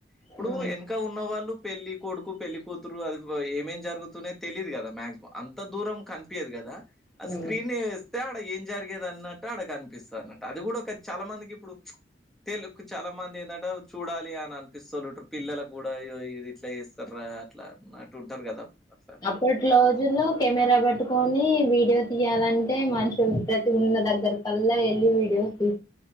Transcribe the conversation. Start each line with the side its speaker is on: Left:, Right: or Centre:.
Centre: ఇప్పుడు
Left: హ్మ్
Centre: ఎనకా ఉన్న వాళ్ళు పెళ్ళి కొడుకు పెళ్లి కూతురు అది ఏమేం జరుగుతున్నాయో తెలిదు కదా మాక్సిమామ్ అంత దూరం కన్పియ్యదు కదా అ
Left: హ్మ్.
Centre: స్క్రీన్ వేస్తే ఆడ ఏం జరిగేది అన్న ట్టాడ కన్పిస్తది అన్నట్టు అది కూడా ఒక చాలా మందికి ఇప్పుడు తే లుక్కు చాలా మంది ఏందంటే చూడాలి అని అన్పిస్తలుటు పిల్లలకు గూడా ఇది ఇట్లా చేస్తారా అట్లా అన్నట్టు ఉంటారు కదా అట్లా
Left: అప్పటి లోజుల్లో కెమెరా పెట్టుకోని వీ డియో తియ్యాలంటే మనుషులు ప్రతి ఉన్న దగ్గర కల్లా ఎళ్ళి వీడియోస్ తీ